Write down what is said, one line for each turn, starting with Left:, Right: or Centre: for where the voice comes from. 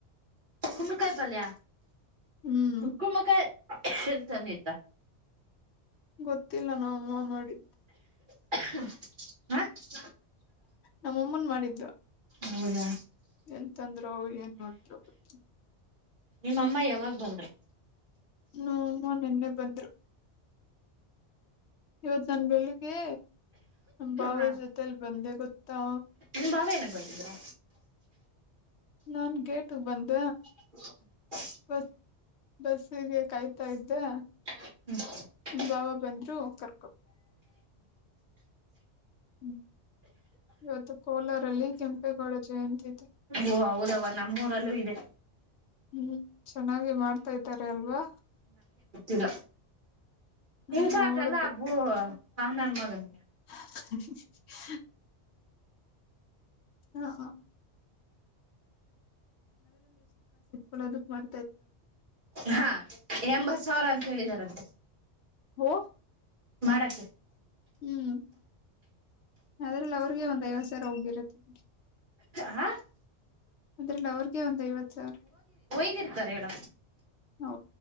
Right: ಕುಮ್ರಕಾಯ ಪಲ್
Left: ಹ್ಮ್
Right: ಕುಮಕಾಯ ಶಿಲ್ತ ನೀತಾ
Left: ಗೊತ್ತಿಲ್ಲ ನಮ್ಮಮ್ಮ ಮಾಡಿದ್
Right: ಹ <inaudible>
Left: ನಮ್ಮಮ್ಮನ್ ಮಾಡಿದ್ರು
Right: ಹೌದಾ
Left: ಎಂತಂದ್ರು ಏನ್ ನೋಡಿದ್ರ ಗೊತ್ತ
Right: ನಿಮ್ಮ ಅಮ್ಮ ಯಾವಾಗ ಬಂದ್ರ
Left: ಹ್ಮ ನಿನ್ನೆ ಬಂದ್ರು ಇವತ್ ನನ್ ಬೆಳಿಗ್ಗೆ ಬಾಬಸತೆಲ್
Right: ಹಾ
Left: ಬಂದೆ ಕುತ್ತಾ
Right: ನಿಮ್ ಬಾವ ಏನಕ್ ಬಂದಿದ್ರ
Left: ನಾನ್ ಗೇಟು ಬಂದ
Right: <inaudible>
Left: ಬಸ್ ಬಸ್ಸಿಗೆ ಕಾಯ್ತಾ ಇದ್ದೆ
Right: ಹ್ಮ <inaudible>
Left: ನಮ್ ಬಾವ ಬಂದ್ರು ಕರ್ಕೊಡ್ ಹ್ಮ್ ಇವತ್ತು ಕೋಲಾರಲ್ಲಿ ಕೆಂಪೇಗೌಡ ಜಯಂತಿ ಇದೆ
Right: ಓ ಹೌದವ ನಮ್ಮೂರಲ್ಲೂ ಇದೆ
Left: ಹ್ಮ್ ಚೆನ್ನಾಗಿ ಮಾಡ್ತಾ ಇದ್ದಾರೆ ಅಲ್ವಾ
Right: ಇಲ್ಲ
Left: ನಾನ್
Right: ಇಂಚಾರ್ಜ್
Left: ನೋಡ್ದೆ
Right: ಎಲ್ಲ ಭೂ ಆಹನ ಮಗನ್
Left: <inaudible> ಹಾ ಹಾ ಒನ್ ಒಂದು ಕೆ ಮಾಡ
Right: ಹಾ ಎಂಬತ್ ಸಾವಿರ ಅಂತ ಹೇಳಿದಾರಂತೆ
Left: ಓ
Right: ಮಾಡಾಕೆ
Left: ಹ್ಮ್ ಅದ್ರಲ್ಲಿ ಅವ್ರಿಗೆ ಒಂದ್ ಐವತ್ತು ಸಾವಿರ ಹೋಗಿರುತ್ತದೆ
Right: ಹ
Left: ಅದ್ರಲ್ಲ ಅವರ್ಗೆ ಒಂದ್ ಐವತ್ ಸಾವಿರ
Right: ಹೇಗಿರ್ತಾರ ಹೇಳ
Left: ಓ